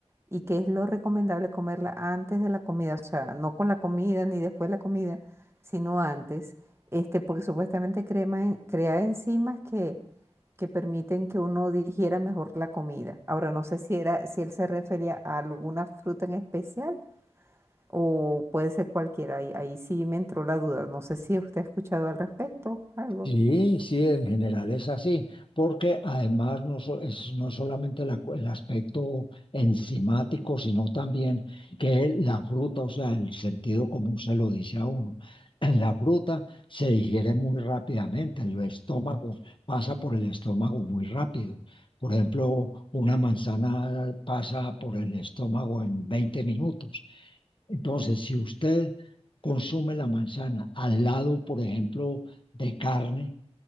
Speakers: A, on the right; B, on the left.
A: y que es lo recomendable comerla antes de la comida, o sea, no con la comida ni después de la comida, sino antes, este, porque supuestamente crema en- crea enzimas que permiten que uno digiera mejor la comida. Ahora no sé si era, si él se refería a alguna fruta en especial o puede ser cualquiera. Ahí, ahí sí me entró la duda. No sé si usted ha escuchado al respecto algo.
B: Sí, sí, en general es así, porque además no, so- es no solamente la cu- el aspecto enzimático, sino también que la fruta, o sea, el sentido común se lo dice a uno. En la fruta se digiere muy rápidamente, el estómago pasa por el estómago muy rápido. Por ejemplo, una manzana pasa por el estómago en 20 minutos. Entonces, si usted consume la manzana al lado, por ejemplo, de carne,